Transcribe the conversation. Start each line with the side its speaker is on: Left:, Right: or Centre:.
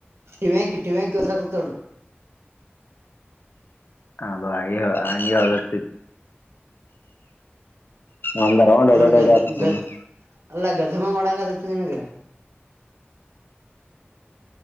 Right: ಟಿವ್ಯಾಂಕಿ ಟಿವ್ಯಾಂಕಿ ವದ್ರಾಕತದ ನೋಡು.
Left: ಅದು ಆಗೆ ಹಂಗೆ ಅಲ್ಲತೈತಿ. ಒಂದ್ ರೌಂಡ್ ಹೊಡ್ಯದ
Right: ನೋಡ್
Left: ಹೊಡ್ಯತ
Right: ಗದ್ ಗದ್
Left: ಸುಮ್ನೆ
Right: ಅಲ್ಲ <unintelligible> ಮಾಡಂಗದತಿ ನಿನಗ.